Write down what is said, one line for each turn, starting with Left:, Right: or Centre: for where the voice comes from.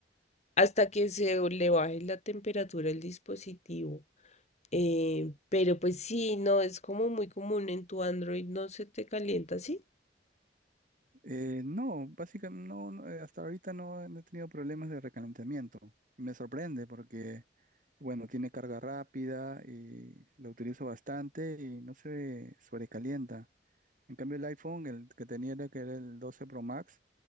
Left: hasta que se le baje la temperatura al dispositivo. Eh, pero pues sí, no, es como muy común en tu Android, no se te calienta ¿sí?
Right: Eh, no, básicamente no, no, eh, hasta ahorita no, he no he tenido problemas de recalentamiento. Y me sorprende porque, bueno, tiene carga rápida y lo utilizo bastante y no se sobrecalienta. En cambio el iPhone, el que tenía era que era el 12 Pro Max,